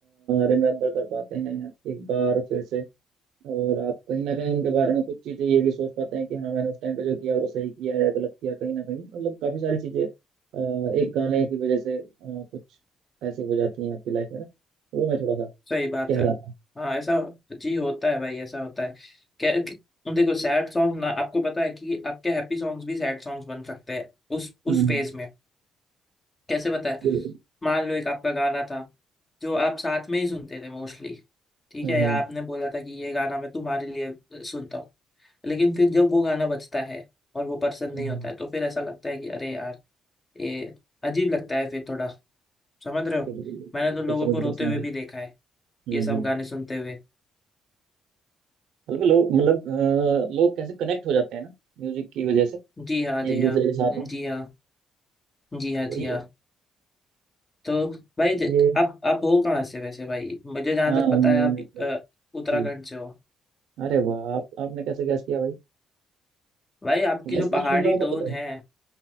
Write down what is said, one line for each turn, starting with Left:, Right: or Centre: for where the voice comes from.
Right: रिमेम्बर कर पाते हैं एक बार फिर से और आप कहीं ना कहीं उनके बारे में कुछ चीजें ये भी सोच पाते हैं कि हाँ मैंने उस टाइम पे जो किया वो सही किया या गलत किया कहीं ना कहीं मतलब काफी सारी चीजें अ, एक गाने की वजह से अ, कुछ ऐसी हो जाती हैं आपकी लाइफ में ना वो मैं थोड़ा सा
Left: सही बात
Right: कह
Left: है
Right: रहा था
Left: हाँ ऐसा जी होता है भाई ऐसा होता है क्या क्या- देखो सैड सॉन्ग ना आपको पता है कि आपके हैप्पी सॉन्ग्स भी सैड सॉन्ग्स बन सकते हैं उस
Right: हम्म
Left: उस
Right: हम्म,
Left: फेज में कैसे पता है
Right: बिल्कुल
Left: मान लो एक आपका गाना था जो आप साथ में ही सुनते थे मोस्टली ठीक
Right: हम्म
Left: है या
Right: हम्म
Left: आपने बोला था कि ये गाना मैं तुम्हारे लिए सुनता हूँ लेकिन फिर जब वो गाना बजता है और वो पसंद
Right: हम्म,
Left: नहीं होता है तो फिर ऐसा लगता है कि अरे यार ये अजीब लगता है फिर थोड़ा समझ रहे हो
Right: बिल्कुल बिल्कुल
Left: मैंने
Right: बिल्कुल,
Left: तो लोगों
Right: समझ
Left: को
Right: गया
Left: रोते
Right: समझ
Left: हुए
Right: गया
Left: भी देखा है
Right: हम्म
Left: ये सब
Right: हम्म
Left: गाने सुनते हुए
Right: मतलब लोग मतलब अ, लोग कैसे कनेक्ट हो जाते हैं ना म्यूजिक की वजह से
Left: जी हाँ जी
Right: एक दूसरे
Left: हाँ
Right: के साथ में
Left: जी हाँ जी हाँ
Right: वही
Left: जी हाँ
Right: है
Left: तो भाई
Right: चलिए
Left: ज- आप आप हो कहाँ से वैसे भाई मुझे जहाँ
Right: हाँ
Left: तक पता
Right: मैं
Left: है आप
Right: तो
Left: अ, उत्तराखंड
Right: जी
Left: से हो
Right: अरे वाह आप आपने कैसे गैस किया भाई
Left: भाई आपकी
Right: गैस
Left: जो पहाड़ी
Right: किया निकला होगा
Left: टोन
Right: पता
Left: है
Right: है